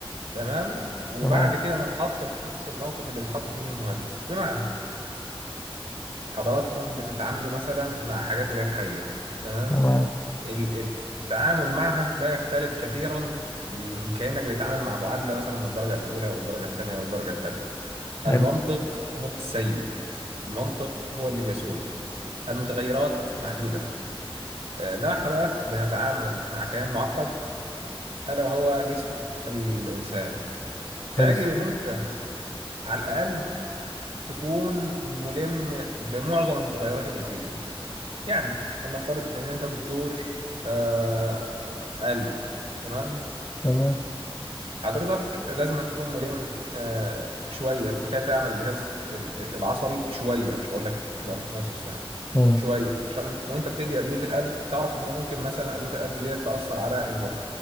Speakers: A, on the right (about 80°); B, on the left (about 30°).
A: تمام وبعد
B: تمام
A: كده نتحط في نفس الموقف اللي بيتحط فيه المهندس بمعنى حضراتكم بتتعاملوا مثلا مع حاجات غير حية تمام
B: تمام
A: ال- ال- التعامل معها لا يختلف كثيرا م، كأنك بتتعامل مع معادلة مثلا من الدرجة الأولى والدرجة الثانية والدرجة الثالثة المنطق
B: حلو
A: هو السيد المنطق هو اللي بيسود المتغيرات محدودة آه، إنما إحنا بقى بنتعامل مع كيان معقد ألا وهو جسم الإنسان فيجب
B: حلو
A: إن أنت على الأقل تكون ملم بمعظم المتغيرات اللي فيه يعني لنفترض ان انت دكتور آه قلب تمام
B: تمام
A: حضرتك لازم أن تكون ملم آه، شوية بكيف يعمل الجهاز ال- العصبي شوية مش بقول لك تبقى متخصص يعني
B: مم.
A: شوية عشان وانت بتدي أدوية القلب تعرف ان هو ممكن مثلا أدوية القلب دي تأثر على المخ